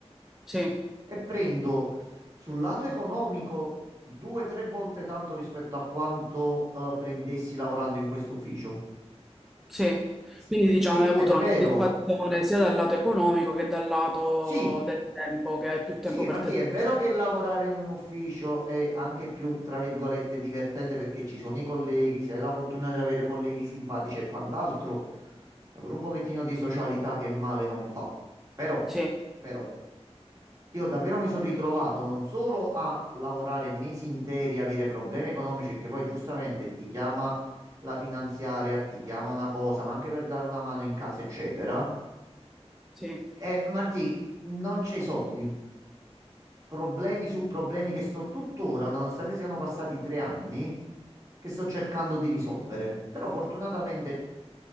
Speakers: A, in the centre; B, on the right (about 30°).
A: sì,
B: e prendo sul lato economico due tre volte tanto rispetto a quanto eh, prendessi lavorando in questo ufficio.
A: sì.
B: S-
A: Quindi diciamo
B: Sì,
A: hai
B: è
A: avuto
B: vero.
A: una soddisfazione sia dal lato economico che dal lato
B: Sì,
A: del tempo, che è più
B: Sì,
A: tempo per
B: Martì,
A: te stesso.
B: è vero che lavorare in un ufficio è anche più, tra virgolette, divertente perché ci sono i colleghi, se hai la fortuna di avere colleghi simpatici e quant'altro, è pure un pochettino di socialità che male non fa. Però,
A: Sì,
B: però, io davvero mi sono ritrovato non solo a lavorare mesi interi, avere problemi economici, che poi giustamente ti chiama la finanziaria, ti chiama una cosa, ma anche per dare una mano in casa, eccetera.
A: sì,
B: E Martì, non c'è i soldi problemi su problemi che
A: sì.
B: sto tuttora, nonostante siano passati tre anni, che sto cercando di risolvere. Però fortunatamente